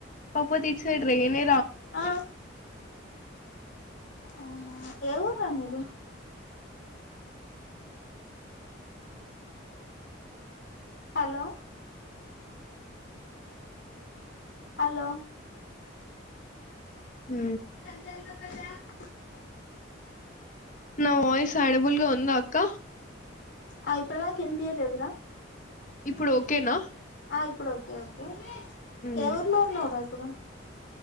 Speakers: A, on the left (about 40°); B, on the left (about 65°).
A: కాకపోతే ఇటు సైడ్ రైనే
B: ఆ అవునా ఏ ఊరు రా మీది హలో హలో
A: మ్
B: <inaudible>
A: నా వాయిస్ ఏడబుల్గా ఉందా అక్క
B: ఆ ఇప్పటిదాకా వినిపియ్యటలేదు రా
A: ఇప్పుడు ఓకేనా
B: ఆ ఇప్పుడు ఓకే ఓకే
A: హ్మ్
B: ఏ ఊర్లో ఉన్నావురా ఇప్పుడు